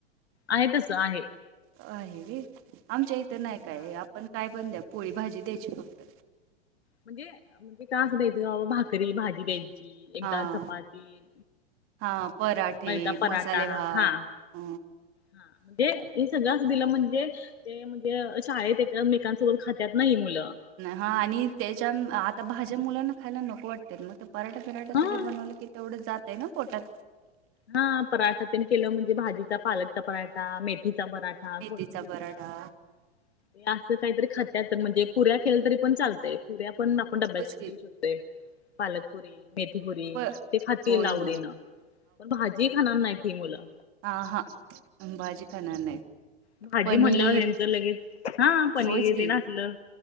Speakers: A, on the left; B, on the right.
A: आहे तस आहे.
B: आहे रे आमच्या इथं नाही काय,
A: हा
B: आपण काय पण द्या पोळी भाजी द्यायची फक्त.
A: म्हणजे, मि त अस द्यायचं अवो भाकरी, भाजी, द्यायची एकदा,
B: हा
A: चपाती.
B: हां, पराठे,
A: नाही त पराठा
B: मसाले भात
A: हा
B: अ,
A: हा दे हे सगळं अस दिलं म्हणजे, ते म्हणजे शाळेत एकांमेका सोबत खात्यात ना ही मुलं.
B: हा आणि त्याच्या आता भाज्या, मुलांना खायला नको वाटत मग त पराठा फिराठा
A: हा
B: ते झ बनवलं की तेवढं जातय ना पोटात.
A: हा पराठा त्यांनी केलं म्हणजे भाजीचा पालकचा पराठा, मेथठीचा पराठा,
B: मेथीचा
A: कोथिंबीरचा
B: बरडा.
A: ते असं काहीतरी खात्यात, म्हणजे पुऱ्या केल तरी पण चालतय, पुऱ्या पण आपण डब्या
B: होयच की.
A: देऊ शक पालकपुरी, मेथीपुरी,
B: प
A: ते खातील
B: होय,
A: आवडीन.
B: होय.
A: पण भाजी, खाणार नाहीत ही मुलं.
B: आ हा भाजी खाणार नाहीत.
A: भाजी
B: पनीर
A: म्हनल्यावर ह्याचं लगेच हा पनीर,
B: होयच की.
A: ते ना सलं